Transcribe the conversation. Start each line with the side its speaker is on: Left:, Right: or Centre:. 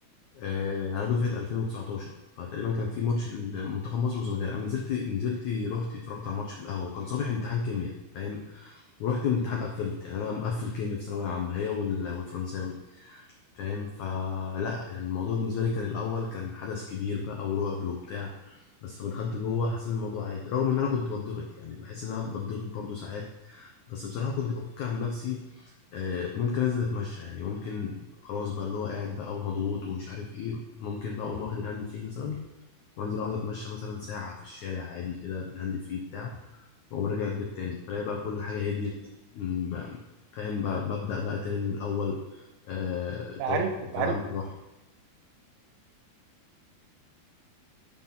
Left: آه، انا دفعه 2019 فتقريبا كان في ماتش منتخب مصر والسنغال انا نزلت نزلت رحت اتفرجت على الماتش في القهوه وكان صباح امتحان كيمياء فاهم ورحت الامتحان قفلت يعني انا مقفل كيمياء في ثانويه عامه هي وال- والفرنساوي فاهم فلا يعني الموضوع بالنسبه لي كان الاول كان حدث كبير بقى ورعب وبتاع بس لما دخلت جوه حسيت إن الموضوع عادي رغم ان انا كنت بتضغط يعني بحس ان انا بتضغط برضو ساعات بس بصراحه كنت بفك عن نفسي آه، ممكن انزل اتمشى يعني ممكن خلاص بقى اللي هو قاعد بقى ومضغوط ومش عارف ايه ممكن بقى اقوم واخد الهاند فري مثلا وانزل اقعد اتمشى مثلا ساعه في الشارع عادي كده بالهاند فري بتاع واقوم راجع البيت تاني بلاقي بقى كل حاجة هديت م- بقى- فاهم بقى ببدأ بقى تاني من الأول آه التوتر
Right: انت عارف
Left: اللي
Right: انت
Left: كان
Right: عارف
Left: عندي راح